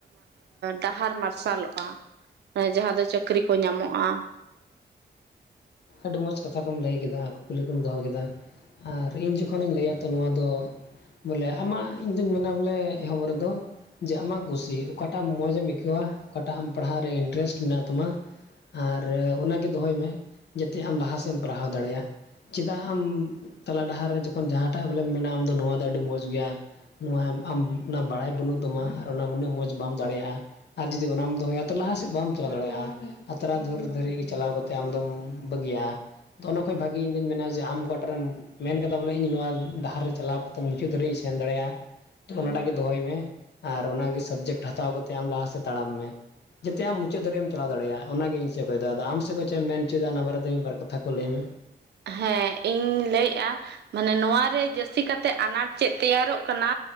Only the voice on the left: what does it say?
ᱟᱹᱰᱤ ᱢᱚᱸᱡᱽ ᱠᱟᱛᱷᱟ ᱠᱚᱢ ᱞᱟᱹᱭ ᱠᱮᱫᱟ ᱠᱩᱠᱞᱤ ᱠᱚᱢ ᱫᱚᱦᱚ ᱠᱮᱫᱟ ᱟᱨ ᱤᱧ ᱡᱚᱠᱷᱚᱱᱤᱧ ᱞᱟᱹᱭᱟ ᱛᱚ ᱱᱚᱣᱟ ᱫᱚ ᱵᱚᱞᱮ ᱟᱢᱟᱜ ᱤᱧᱫᱩᱧ ᱢᱮᱱᱟ ᱵᱚᱞᱮ ᱮᱦᱚᱵ ᱨᱮᱫᱚ ᱡᱮ ᱟᱢᱟᱜ ᱠᱩᱥᱤ ᱚᱠᱟᱴᱟᱜ ᱢᱚᱸᱡᱽ ᱮᱢ ᱟᱹᱭᱠᱟᱹᱣᱟ ᱚᱠᱟᱴᱟᱜ ᱟᱢ ᱯᱟᱲᱦᱟᱜ ᱨᱮ ᱤᱱᱴᱟᱨᱮᱥᱴ ᱢᱮᱱᱟᱜ ᱛᱟᱢᱟ ᱟᱨ ᱚᱱᱟᱜᱮ ᱫᱚᱦᱚᱭ ᱢᱮ ᱡᱟᱛᱮ ᱟᱢ ᱞᱟᱦᱟ ᱥᱮᱫ ᱮᱢ ᱯᱟᱲᱦᱟᱣ ᱫᱟᱲᱮᱭᱟᱜ ᱪᱮᱫᱟᱜ ᱟᱢ ᱛᱟᱞᱟ ᱰᱟᱦᱟᱨ ᱨᱮ ᱡᱚᱠᱷᱚᱱ ᱡᱟᱦᱟᱸᱴᱟᱜ ᱵᱚᱞᱮᱢ ᱢᱮᱱᱟ ᱟᱢ ᱫᱚ ᱱᱚᱣᱟ ᱫᱚ ᱟᱹᱰᱤ ᱢᱚᱸᱡᱽ ᱜᱮᱭᱟ ᱱᱚᱣᱟ ᱟᱢ ᱚᱱᱟ ᱵᱟᱲᱟᱭ ᱵᱟᱹᱱᱩᱜ ᱛᱟᱢᱟ ᱟᱨ ᱚᱱᱟ ᱩᱱᱟᱹᱜ ᱢᱚᱸᱡᱽ ᱵᱟᱢ ᱫᱟᱲᱮᱭᱟᱜᱼᱟ ᱟᱨ ᱡᱩᱫᱤ ᱚᱱᱟᱢ ᱫᱚᱦᱚᱭᱟ ᱛᱚ ᱞᱟᱦᱟ ᱥᱮᱫ ᱵᱟᱢ ᱪᱟᱞᱟᱣ ᱫᱟᱲᱮᱭᱟᱜᱼᱟ ᱟᱛᱨᱟ ᱫᱷᱩᱨ ᱫᱷᱟᱹᱨᱤᱡ ᱜᱮ ᱪᱟᱞᱟᱣ ᱠᱟᱛᱮᱫ ᱟᱢ ᱫᱚᱢ ᱵᱟᱹᱜᱤᱭᱼᱟᱫᱚ ᱚᱱᱟ ᱠᱷᱚᱡ ᱵᱷᱟᱜᱤ ᱤᱧ ᱫᱩᱧ ᱢᱮᱱᱟ ᱡᱮ ᱟᱢ ᱚᱠᱟᱴᱟᱜ ᱮᱢ ᱢᱮᱱ ᱠᱟᱫᱟ ᱵᱚᱞᱮ ᱤᱧ ᱱᱚᱣᱟ ᱰᱟᱦᱟᱨ ᱨᱮ ᱪᱟᱞᱟᱣ ᱠᱟᱛᱮᱜ ᱢᱩᱪᱟᱹᱫ ᱫᱷᱟᱹᱨᱤᱡ ᱤᱧ ᱥᱮᱱ ᱫᱟᱲᱮᱭᱟᱜᱼᱟ ᱛᱚ ᱚᱱᱟᱴᱟᱜ ᱜᱮ ᱫᱚᱦᱚᱭ ᱢᱮ ᱟᱨ ᱚᱱᱟᱜᱮ ᱥᱟᱵᱡᱮᱠᱴ ᱦᱟᱛᱟᱣ ᱠᱟᱛᱮ ᱟᱢ ᱞᱟᱦᱟ ᱥᱮᱱ ᱛᱟᱲᱟᱢ ᱢᱮ ᱡᱟᱛᱮ ᱟᱢ ᱢᱩᱪᱟᱹᱫ ᱫᱷᱟᱹᱨᱤᱡ ᱮᱢ ᱪᱟᱞᱟᱣ ᱫᱟᱲᱮᱭᱟᱜ ᱚᱱᱟᱜᱤ ᱤᱧᱥᱮᱫ ᱠᱷᱚᱱ ᱫᱚ ᱟᱫᱚ ᱟᱢ ᱥᱮᱫ ᱠᱷᱚᱱ ᱪᱮᱫ ᱮᱢ ᱢᱮᱱ ᱦᱚᱪᱚᱭᱟ ᱚᱱᱟᱵᱟᱨ ᱫᱚ ᱢᱤᱫ ᱵᱟᱨ ᱠᱟᱛᱷᱟ ᱠᱚ ᱞᱟᱹᱭᱢᱮ